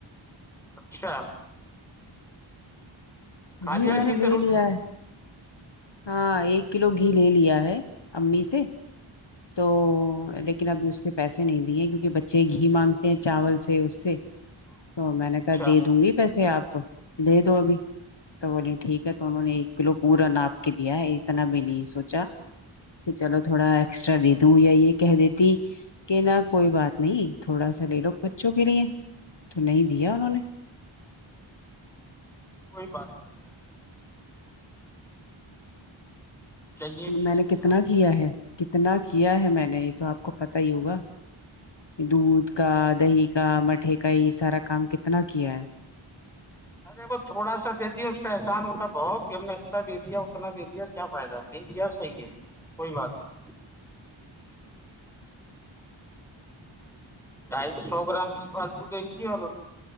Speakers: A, in the centre; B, on the left.
A: اچھا کھا
B: گھی
A: لیا
B: میں نے
A: سے
B: لے
A: روٹی
B: لیا ہے ہاں ایک کلو گھی لے لیا ہے امی سے تو لیکن ابھی اس کے پیسے نہیں دی ہیں کیونکہ بچے گھی مانگتے ہیں چاول سے اس سے تو میں نے
A: اچھا
B: کہا دے دوں گی پیسے آپ تو دے دو ابھی تو بوولے ٹھیک ہے تو انہوں نے ایک کلو پورا ناپ کے دیا ہے اتنا بھی نہیں سوچا تو چلو تھوڑا ایکسٹرا دے دوں یا یہ کہہ دیتی کہ نہ کوئی بات نہیں تھوڑا سا لے لو بچوں کے لیے تو نہیں دیا انہوں نے
A: کوئی بات نہیں تو
B: <inaudible>
A: چاہیے بھی
B: میں
A: نہیں
B: نے
A: ملا
B: کتنا کیا ہے کتنا کیا ہے میں نے یہ تو آپ کو پتا ہی ہوگا دودھ کا دہی کا مٹھے کا یہ سارا کام کتنا کیا ہے
A: ارے وہ تھوڑا سا دیتی ہے اس کا احسان ہوتا ہے بہت کہ ہم نے اتنا دے دیا اتنا دے دیا کیا فائدہ نہیں لیا صحیح ہے کوئی بات نہیں ڈائ سو گرام
B: تو
A: کی فالتو دیں گی اور